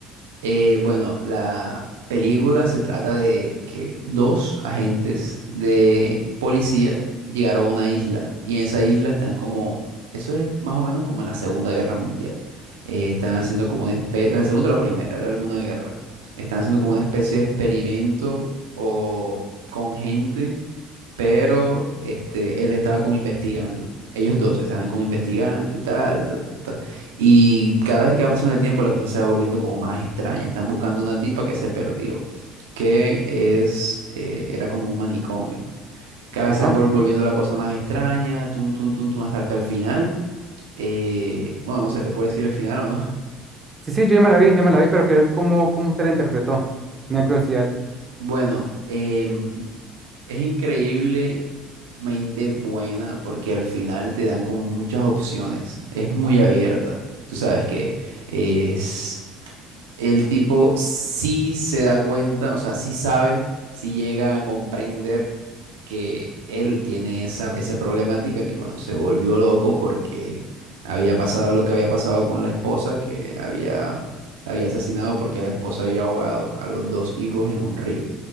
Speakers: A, on the right (about 85°); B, on the right (about 30°).
A: Eh, bueno, la película se trata de que dos agentes de policía llegaron a una isla y en esa isla están como, eso es más o menos como en la Segunda Guerra Mundial. Eh, están haciendo como una especie, la segunda o la primera, era alguna guerra. Están haciendo como una especie de experimento o con gente pero este, él estaba como investigando. Ellos dos estaban como investigando y tal, ta, ta, ta. Y cada vez que va pasando el tiempo, la cosa se va volviendo como más extraña. Están buscando una tipa que se perdió, que es, eh, era como un manicomio. Cada
B: Ajá.
A: vez se va vol- volviendo la cosa más extraña, tum, tum, tum, tum, hasta que al final, eh, bueno, no sé, te puedo decir el final o no.
B: Sí, sí, yo ya me la vi, ya me la vi, pero quiero ver cómo, cómo usted la interpretó. Me da curiosidad.
A: Bueno, em, es increíblemente buena porque al final te dan como muchas opciones. Es muy abierta. Tú sabes que es el tipo sí se da cuenta, o sea, sí sabe, sí llega a comprender que él tiene esa, esa problemática, que bueno, se volvió loco porque había pasado lo que había pasado con la esposa, que había, la había asesinado porque la esposa había ahogado a los dos hijos en un río.